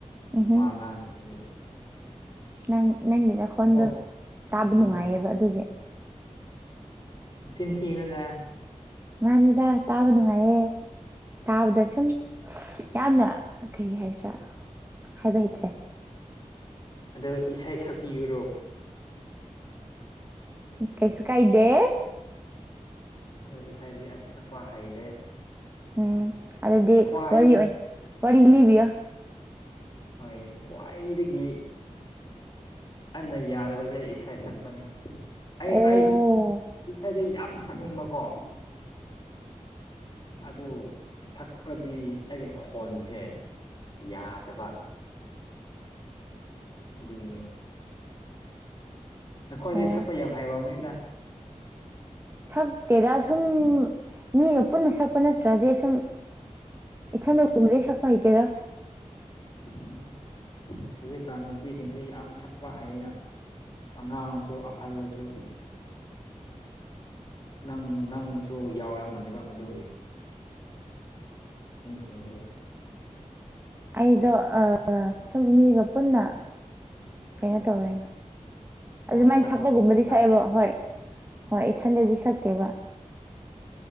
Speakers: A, on the right (about 20°); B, on the left (about 40°).
A: ꯎꯝꯍꯨꯝ
B: ꯋꯥ ꯉ ꯃꯥꯦ
A: ꯅꯪ ꯅꯪꯒꯤ ꯂꯧꯈꯣꯟꯗꯣ
B: ꯑꯣ
A: ꯇꯥꯕ
B: ꯑꯣꯏ
A: ꯅꯨꯡꯉꯥꯏꯌꯦꯕ ꯑꯗꯨꯒꯤ
B: ꯆꯤꯟ ꯊꯤꯒꯅꯗ
A: ꯃꯥꯅꯤꯗ ꯇꯥꯕ ꯅꯨꯡꯉꯥꯏꯌꯦ ꯇꯥꯕꯗ ꯁꯨꯝ ꯌꯥꯝꯅ ꯀꯩ ꯍꯥꯏꯁ꯭ꯔꯦ ꯍꯥꯏꯕ ꯍꯩꯇ꯭ꯔꯦ
B: ꯑꯗꯣ ꯏꯁꯩ ꯁꯛꯄꯤꯌꯨꯔꯣ
A: ꯀꯩꯁꯨ ꯀꯥꯏꯗꯦ
B: ꯑꯣ ꯏꯁꯩꯗꯤ ꯑꯁꯛꯄ ꯍꯩꯗꯦ
A: ꯎꯝ ꯑꯗꯨꯗꯤ
B: ꯈ꯭ꯋꯥꯏ
A: ꯋꯥꯔꯤ ꯑꯣꯏꯅ ꯋꯥꯔꯤ ꯂꯤꯕꯤꯌꯣ
B: ꯍꯣꯏ ꯈ꯭ꯋꯥꯏꯗꯒꯤ ꯑꯟꯅ ꯌꯥꯗꯕꯁꯦ ꯏꯁꯩ ꯁꯛꯄꯅꯤ ꯑꯩ
A: ꯑꯣ
B: ꯑꯩ ꯏꯁꯥꯏꯗ ꯌꯥꯝ ꯁꯛꯅꯤꯡꯕꯀꯣ ꯑꯗꯨ ꯁꯛꯄꯗꯤ ꯑꯩꯒꯤ ꯈꯣꯟꯁꯦ ꯌꯥꯗꯕ ꯑꯗꯨꯒꯤꯅꯤ ꯅꯈꯣꯏ ꯑꯗꯒꯤꯩ
A: ꯑꯣ
B: ꯁꯛꯄ ꯌꯥꯝ ꯍꯥꯏꯕ ꯃꯤꯣꯏꯗ
A: ꯁꯛꯇꯦꯗ ꯁꯨꯝ ꯃꯤꯒ ꯄꯨꯟꯅ ꯁꯛꯄ ꯅꯠꯇ꯭ꯔꯗꯤ ꯁꯨꯝ ꯏꯊꯟꯗ ꯀꯨꯝꯗꯦꯁꯄꯥꯏꯇꯦꯥ
B: ꯎ ꯍꯧꯖꯤꯛꯀꯥꯟ ꯅꯨꯄꯤꯁꯤꯡꯁꯤ ꯌꯥꯝ ꯁꯛꯄ ꯍꯩꯅ ꯑꯉꯥꯡꯁꯨ ꯑꯍꯜꯂꯁꯨ ꯅꯪ ꯅꯪꯁꯨ ꯌꯥꯎꯔꯝꯒꯅꯦꯕ ꯃꯗꯨꯒꯤ ꯃꯤꯁꯤꯡꯁꯤꯡꯁꯦ
A: ꯑꯩꯗꯣ ꯁꯨꯝ ꯃꯤꯒ ꯄꯨꯟꯅ ꯀꯩꯅꯣ ꯇꯧꯋꯦ
B: ꯑꯣ
A: ꯑꯗꯨꯃꯥꯏꯅ
B: ꯁꯛꯄ
A: ꯁꯛꯄꯒꯨꯝꯕꯗꯤ
B: ꯃꯇꯝꯗ
A: ꯁꯛꯑꯦꯕ ꯍꯣꯏ ꯍꯣꯏ ꯏꯊꯟꯗꯗꯤ ꯁꯛꯇꯦꯕ